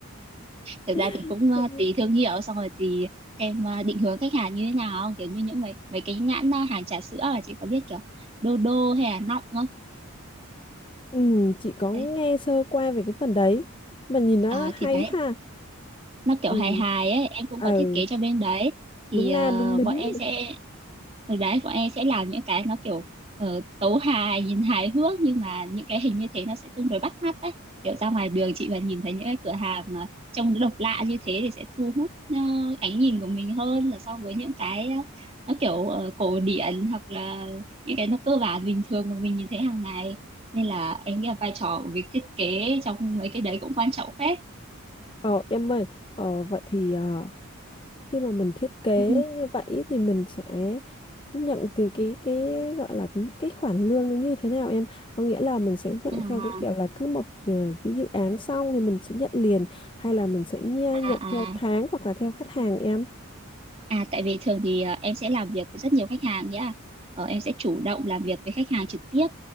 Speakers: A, on the right; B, on the left.
A: thực
B: <laughs>
A: ra thì cũng ờ, tùy thương hiệu xong rồi tùy xem ờ, định hướng khách hàng như thế nào kiểu như những mấy mấy cái nhãn ờ, hàng trà sữa là chị có biết kiểu đô đô hay là nọng không
B: ừ, chị có
A: đấy.
B: nghe sơ qua về cái phần đấy mà nhìn nó
A: À,
B: hay
A: thì đấy
B: ha
A: nó kiểu
B: ừ
A: hài hài ấy em cũng
B: ờ
A: có thiết kế cho bên đấy thì
B: đúng na
A: ờ,
B: đúng đính
A: bọn em sẽ Từ đấy bọn em sẽ làm những cái nó kiểu ờ, tấu hài, nhìn hài hước nhưng mà những cái hình như thế nó sẽ tương đối bắt mắt đấy. Kiểu ra ngoài đường chị mà nhìn thấy những cái cửa hàng mà trông nó độc lạ như thế thì sẽ thu hút ờ, ánh nhìn của mình hơn là so với những cái ờ, nó kiểu ờ, cổ điển hoặc là những cái nó cơ bản bình thường mà mình nhìn thấy hàng ngày. Nên là em nghĩ là vai trò của việc thiết kế trong mấy cái đấy cũng quan trọng phết.
B: ờ em ơi ờ vậy thì ờ, khi mà mình thiết kế
A: Ừ.
B: như vậy thì mình sẽ nhận từ cái cái gọi là cái, cái khoản lương nó như thế nào em có nghĩa là mình sẽ nhận
A: À,
B: theo cái kiểu là cứ một ờ, cái dự án xong thì mình sẽ nhận liền hay là mình sẽ nha-
A: à,
B: nhận theo
A: à.
B: tháng hoặc là theo khách hàng em
A: À tại vì thường thì à, em sẽ làm việc với rất nhiều khách hàng nhá. Ờ, em sẽ chủ động làm việc với khách hàng trực tiếp